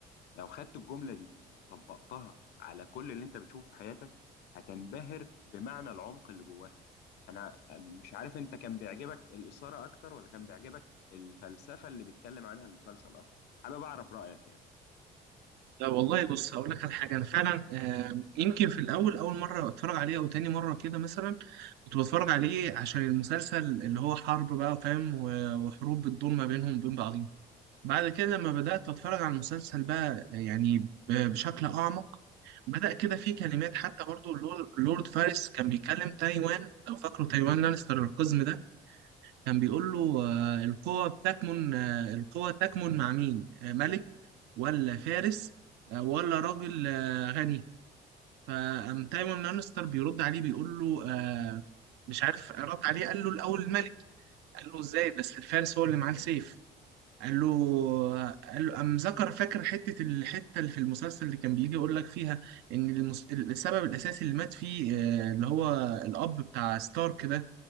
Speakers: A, on the left; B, on the right.
A: لو خدت الجملة دي وطبقتها على كل اللي انت بتشوفه في حياتك هتنبهر بمعنى العمق اللي جواها انا مش عارف انت كان بيعجبك الإثارة اكتر ولا كان بيعجبك الفلسفة اللي بيتكلم عنها المسلسل اكتر حابب اعرف رأيك يعني
B: لا والله بص هقول لك على حاجة أنا فعلا آه، يمكن في الأول أول مرة أتفرج عليه أو تاني مرة كده مثلا كنت بتفرج عليه عشان المسلسل اللي هو حرب بقى فاهم و- وحروب بتدور ما بينهم وبين بعضهم بعد كده لما بدأت أتفرج على المسلسل بقى يعني ب- بشكل أعمق بدأ كده في كلمات حتى برضو اللور- لورد فارس كان بيكلم تايوان لو فاكروا تايوان لانستر القزم ده كان بيقول له آه، القوة بتكمن آه، القوة تكمن مع مين آه، ملك ولا فارس آه، ولا راجل آه، غني فقام تايوان لانستر بيرد عليه بيقول له آه، مش عارف رد عليه قال له الأول الملك قال له إزاي بس الفارس هو اللي معاه السيف قال له آه، قال له قام ذكر فاكر حتة الحتة اللي في المسلسل اللي كان بيجي يقول لك فيها إن المس... السبب الأساسي اللي مات فيه آه، اللي هو الأب بتاع ستارك ده